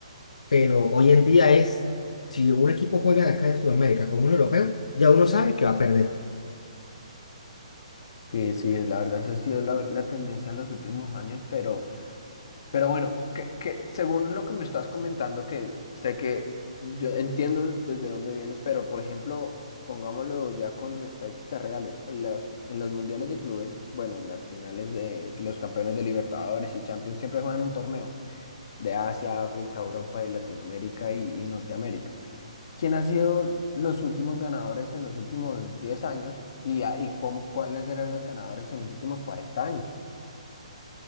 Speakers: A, on the left; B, on the left.
A: Pero hoy en día es, si un equipo juega de acá de Sudamérica con un europeo, ya uno sabe que va a perder.
B: Sí, sí, es- la verdad esa ha sido la, la tendencia en los últimos años, pero Pero bueno, que, que según lo que me estás comentando, que sé que yo entiendo desde dónde vienes, pero por ejemplo, pongámoslo ya con estadísticas reales, en las, en los mundiales de clubes, bueno, en las finales de los campeones de Libertadores y Champions siempre juegan un torneo de Asia, África, Europa y Latinoamérica y, y Norteamérica. ¿Quién ha sido los últimos ganadores en los últimos 10 años y, a- y cómo, cuáles eran los ganadores en los últimos 40 años?